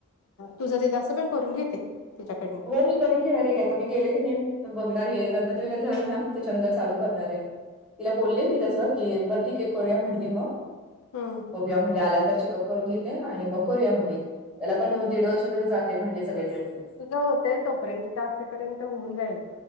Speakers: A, on the left; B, in the centre.
A: तुझं ते तसं पण करून घेते तिच्याकडनं.
B: तर मी करून घेणार आहे की आता मी गेले की नाही बघणार हे गणपती वगैरे झाले ना त्याच्यानंतर चालू करणार आहे. तिला बोलले मी तसं की बर ठीके करूया म्हणली मग.
A: हम्म.
B: बघूया म्हटलं आल्यांतर चेकअप करून घेते आणि मग करू या म्हणते. त्याला पण दीड वर्ष तरी जाते म्हणले सगळे. <unintelligible>
A: तुझं होतय तोपर्यंत तिथं असेपर्यंत होऊन जाईल.